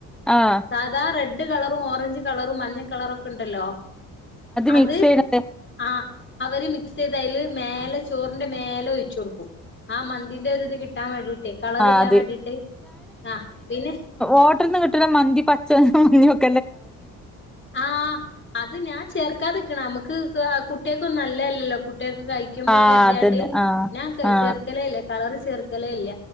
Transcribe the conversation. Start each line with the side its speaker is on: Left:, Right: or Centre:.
Centre: ആഹ്
Left: സാധാ റെഡ് കളറും ഓറഞ്ച് കളറും മഞ്ഞ കളറും ഒക്കെ ഉണ്ടല്ലോ അത്
Centre: മിക്സ് ചെയ്യണത്
Left: ആഹ് അവര് മിക്സ് ചെയ്തയില് മേലെ ചോറിന്റെ മേലെ ഒഴിച്ച് കൊടുക്കും ആ മന്തിന്റെ ഒര് ഇത് കിട്ടാൻ വേണ്ടിട്ട് കളർ
Centre: ആ
Left: കിട്ടാൻ
Centre: അത്
Left: വേണ്ടിട്ട് ആ പിന്നെ
Centre: ഓടറിൽ നിന്ന് കിട്ടണ മന്തി പച്ച <unintelligible>
Left: ആഹ് അത് ഞാൻ ചേർക്കാതിക്കണ നമുക്ക് കുട്ടികക്കുംന്നല്ലയല്ലല്ലോ കുട്ടികൾ ക്ക്കയി - ക്കുബം
Centre: ആ
Left: കരുതിയാണ്ട്
Centre: അതന്നെ ആ
Left: ഞാ
Centre: ആ
Left: ചേർക്കലെ ഇല്ല കളറ് ചേർക്കലെ ഇല്ല